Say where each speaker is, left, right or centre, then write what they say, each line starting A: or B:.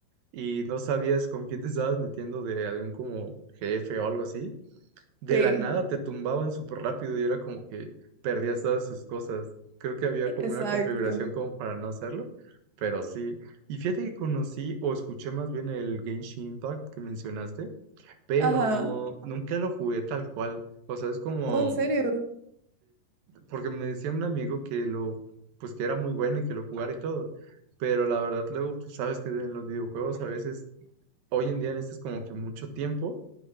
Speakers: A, on the right (about 85°); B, on the right (about 70°).
A: y no sabías con quién te estabas metiendo de algún como jefe o algo así, de
B: sí
A: la nada te tumbaban súper rápido y era como que perdías todas sus cosas. Creo que había como
B: exacto.
A: una configuración como para no hacerlo, pero sí. Y fíjate que conocí o escuché más bien el Genshin Impact que mencionaste, pero
B: Ajá.
A: no, nunca lo jugué tal cual. O sea, es como,
B: Oh, ¿en serio?
A: porque me decía un amigo que lo, pues que era muy bueno y que lo jugara y todo. Pero la verdad luego tú sabes que en los videojuegos a veces hoy en día necesitas como que mucho tiempo,